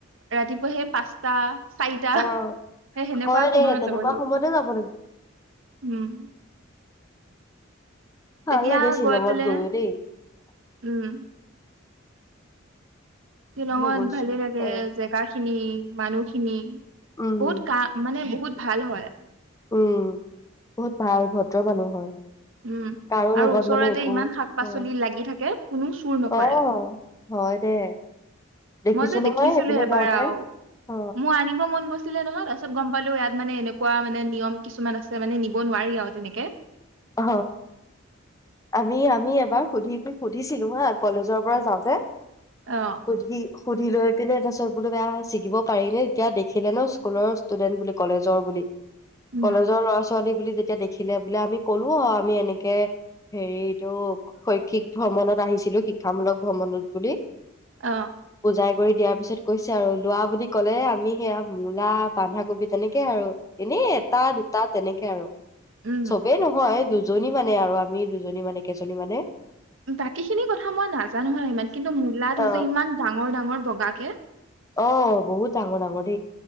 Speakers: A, on the right; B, on the left.
A: ৰাতিপুৱা সেই পাঁচটা চাৰিটা
B: অ
A: সেই সেনেকুৱা
B: হয় দে
A: সময়ত
B: তেনেকুৱা
A: যাব লাগিব
B: সময়তে যাব
A: উম
B: ভাল
A: তেতিয়া
B: লাগে শ্বিলঙত
A: গৈ পেলাই
B: গৈও দেই
A: উম শ্বিলঙত
B: মই গৈছো
A: ভালে লাগে
B: অ
A: জেগা খিনি মানুহখিনি
B: উম
A: বহুত কা মানে বহুত ভাল হয়
B: উম বহুত ভাল ভদ্ৰ মানুহ হয়
A: উম
B: কাৰো লগত
A: আৰু ওচৰতে
B: মানে একো
A: ইমান শাক পাচলি
B: অ
A: লাগি থাকে কোনো চুৰ নকৰে
B: অ', হয় দে দেখিছো
A: মই যে
B: নহয়
A: দেখিছিলো
B: সেইপিনে
A: এবাৰ
B: যাওঁতে
A: আৰু
B: অ',
A: মোৰ আনিব মন গৈছিলে নহয় তাৰপিছত গম পালো ইয়াত মানে এনেকুৱা মানে নিয়ম কিছুমান আছে মানে নিব নোৱাৰি আৰু তেনেকে
B: অ আমি আমি বাৰ সুধিম সুধিছিলো হা কলেজৰ পৰা যাওঁতে
A: অ
B: সুধি সুধি লৈ পিনে টা চত বোলো বেয়া শিকিব পাৰিনে তেতিয়া দেখিলে ন স্কুলৰ ষ্টুডেণ্ট বুলি কলেজৰ বুলি
A: উম
B: কলেজৰ ল'ৰা ছোৱালী ছোৱালী বুলি যেতিয়া দেখিলে বোলে আমি কলো অ আমি এনেকে হেৰিটো শৈক্ষিক ভ্ৰমণত আহিছিলো শিক্ষামূলক ভ্ৰমণত বুলি
A: অ
B: পূজাই কৰি দিয়াৰ পিছত কৈছে আৰু লোৱা বুলি ক'লে আমি সেয়া মূলা বন্ধাকবি তেনেকে আৰু এনেই এটা দুটা তেনেকে স আৰু
A: উম।
B: চবেই নহয় দুজনী মানে আৰু আমি দুজনী মানে কেইজনী মানে
A: বাকী খিনি কথা মই নাজানো হ ইমান কিন্তু মূলাটো
B: অ
A: যে ইমান ডাঙৰ ডাঙৰ বগাে
B: অ বহুত আঙু ড